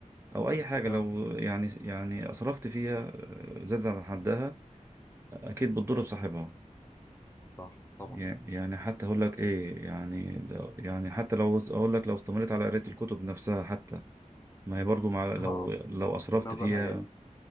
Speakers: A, on the right (about 20°); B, on the left (about 20°).
A: او اي حاجه
B: اه
A: لو يعني يعني اسرفت فيها آه، زادت عن حدها اكيد بتضر بصاحبها
B: صح طبعا
A: يع- يعني حتى اقول لك ايه يعني لو يعني حتى لو اقول لك لو استمريت على قرايه الكتب نفسها حتى ما هي برضو مع لو
B: اه
A: لو اسرفت
B: النظر
A: فيها
B: هيقل